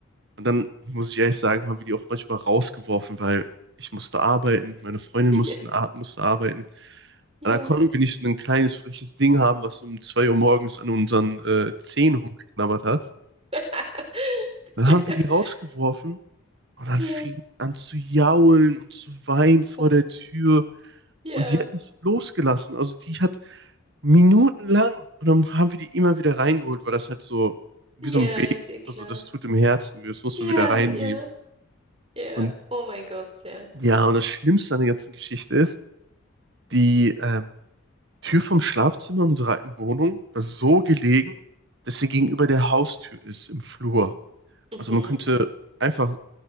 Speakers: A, on the right; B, on the right.
A: Und dann muss ich ehrlich sagen, haben wir die auch manchmal rausgeworfen, weil ich musste arbeiten, meine Freundin
B: Ja,
A: mussten, ar- musste arbeiten.
B: ja.
A: Und da konnten wir nicht so ein kleines, freches Ding haben, was um 2 Uhr morgens an unseren äh, Zehen rumgeknabbert hat.
B: <laughs>
A: Dann haben wir die rausgeworfen und dann
B: Ja.
A: fing die an zu jaulen und zu weinen
B: Oh.
A: vor der Tür.
B: Ja,
A: Und die hat nicht losgelassen. Also die hat minutenlang und dann haben wir die immer wieder reingeholt, weil das halt so wie
B: ja,
A: so ein Baby,
B: ist eh klar.
A: also das tut im Herzen, weh, das muss
B: Ja,
A: man wieder reinnehmen.
B: ja, ja.
A: Und
B: Oh mein Gott, ja.
A: ja, und das Schlimmste an der ganzen Geschichte ist, die ähm, Tür vom Schlafzimmer unserer alten Wohnung war so gelegen, dass sie gegenüber der Haustür ist im Flur.
B: Mhm.
A: Also man könnte einfach